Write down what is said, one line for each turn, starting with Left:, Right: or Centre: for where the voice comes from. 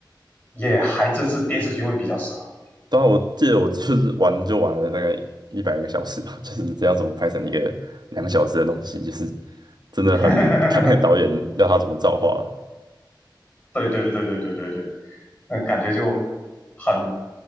Left: 也还真是电视剧会比较适合。
Right: 当然，我记得我就是玩就玩了大概一百个小时吧，就是这样怎么拍成一个两个小时的东西，就是真的很看那个导演要他怎么造化，
Left: <laughs> 对对对对对对对，嗯，感觉就很